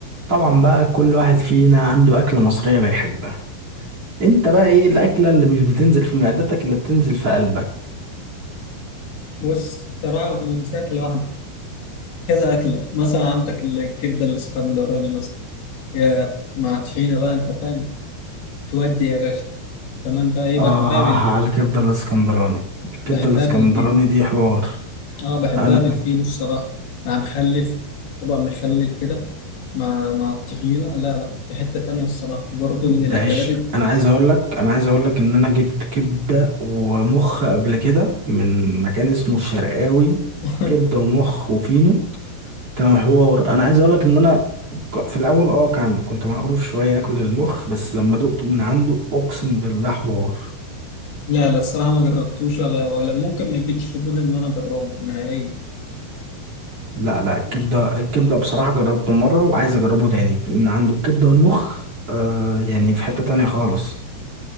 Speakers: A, on the right; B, on the left.
A: طبعا بقى كل واحد فينا عنده أكلة مصرية بيحبها انت بقى ايه الأكلة اللي مش بتنزل في معدتك اللي بتنزل في قلبك
B: بص صراحة من شكل واحد كذا أكلة مثلا عندك الكبدة الإسكندراني مثلا يا مع طحينة بقى أنت فاهم تودي يا باشا كمان بقى إيه
A: آه
B: بحبها بال...
A: على الكبدة الاسكندراني الكبدة
B: بحبها
A: الاسكندراني
B: بالفين
A: دي حوار
B: أه بحبها
A: انا
B: بالفين الصراحة مع مخلف طبق مخلل كده مع مع الطحينة لا لا في حتة تانية الصراحة برضه
A: بعيش
B: من الأكلات الت-
A: انا عايز اقول لك انا عايز اقول لك ان انا جبت كبدة ومخ قبل كده من مكان اسمه الشرقاوي
B: <laughs>
A: كبدة ومخ وفينو كان حوار انا عايز اقول لك ان انا ك- في الاول اه كان كنت مقروف شوية اكل المخ بس لما دقته من عنده اقسم بالله حوار
B: لا لا الصراحة ما جربتوش ولا ولا ممكن ما يجيليش فضول إن أنا أجربه نهائيا
A: لا لا الكبدة الكبدة بصراحة جربته مرة وعايز أجربه تاني من عنده الكبدة والمخ آه يعني في حتة تانية خالص